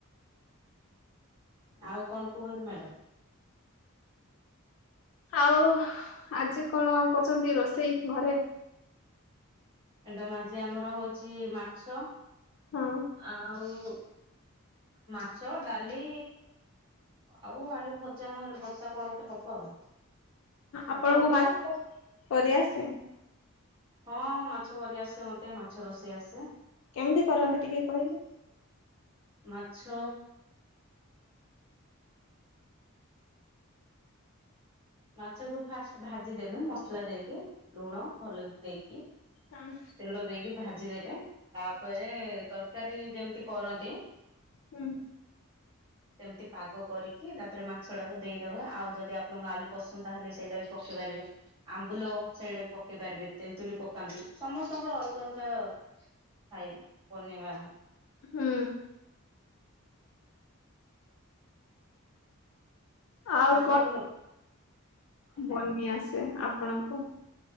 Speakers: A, on the right; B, on the left.
A: ଆଉ କଣ କୁହନ୍ତୁ ମ୍ୟାଡାମ?
B: ଆଉ ଆଜି କଣ କରୁଛନ୍ତି ରୋଷେଇ ଘରେ?
A: ଏଡମ ଆଜି ଆମର ହଉଛି ମାଛ
B: ହଁ
A: ଆଉ ମାଛ ଡାଲି ଆଉ ଆଲୁ ଭଜା ନହେଲେ ଭଷା କଣ ଗୋଟେ ହବ ଆଉ।
B: ଆପଣଙ୍କୁ
A: ଆପଣଙ୍କର?
B: ମାଛ କରିଆସେ?
A: ହଁ ମାଛ କରି ଆସେ ମତେ ମାଛ ରୋଷେଇ ଆସେ।
B: କେମିତି କରନ୍ତି ଟିକେ କହିଲେ?
A: ମାଛ ମାଛକୁ ଫାଷ୍ଟ ଭାଜିଦବି ମସଲା ଦେଇକି ଲୁଣ ହଳଦୀ ଦେଇକି।
B: ହଁ
A: ତେଲ ଦେଇକି ଭାଜିଦେବେ ତାପରେ ତରକାରୀ ଯେମିତି କରନ୍ତି
B: ହୁଁ
A: ସେମିତି ପାଗ କରିକି ତାପରେ ମାଛ ଟାକୁ ଦେଇଦବା ଆଉ ଯଦି ଆପଣଙ୍କ ଆଲୁ ପସନ୍ଦ ତାହେଲେ ସେଇଟା ବି ପକେଇ ପାରିବେ ଆମ୍ବୁଲ ସେଇଡେ ପକେଇ ପାରିବେ ତେନ୍ତୁଲି ପକାନ୍ତି। ସମସ୍ତଙ୍କର ଅଲଗା ଅଲଗା ଥାଏ ବନେଇବା
B: ହୁଁ ଆଉ
A: ଆପଣଙ୍କର
B: କଣ?
A: ଆଜ୍ଞା
B: ବନି ଆସେ ଆପଣଙ୍କୁ?